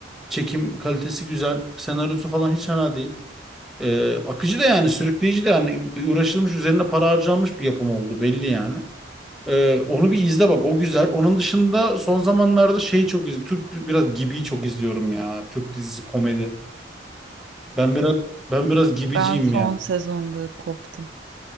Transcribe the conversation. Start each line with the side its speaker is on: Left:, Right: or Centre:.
Centre: Çekim kalitesi güzel. Senaryosu falan hiç fena değil. Ee, akıcı da yani sürükleyici de yani bir uğraşılmış üzerine para harcanmış bir yapım oldu belli yani. Ee, onu bir izle bak o güzel. Onun dışında son zamanlarda şeyi çok izliyorum. Türk biraz Gibi'yi çok izliyorum ya. Türk dizisi komedi. Ben biraz ben biraz Gibiciyim
Right: Ben son
Centre: ya.
Right: sezonda koptum.